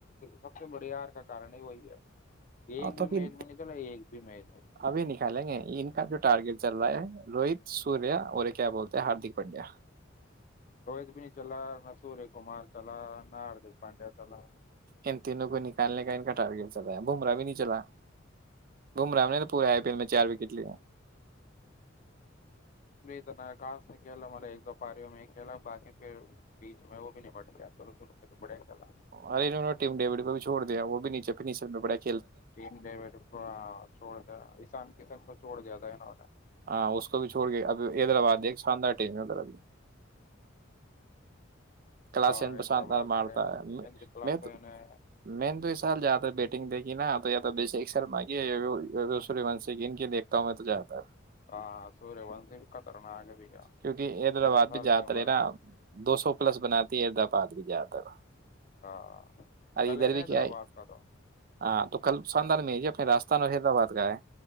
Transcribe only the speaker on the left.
سب سے بڑے ہار کا کن ہی وہی ہے ایک
بھی
میچ میں نکلا ایک بھی میچ میں
روہت بنی چلا نہ سورج کمار چلا نہ ہاردک پانڈیا چلا
ن خاص نہیں کھیلا مارے ایک دو پاریوں میں ہی کھیلا بقی پھر بیچ میں وہ بھی نمٹ گیا شرو شروع تو بڑھیا کھیلا
کیم دے بیٹپا چھوڑ ایسان کسان کو چھوڑ جیا ہے نہ
اور حیدرآباد
بڑھیا
مہندر کلاسے
نے
ہاں سوریہ وند د کتار ن آگے بھی گیا
پندرہ سال
کی عمر
میں
ہاں
کل
نا
حیدرآباد
کا تو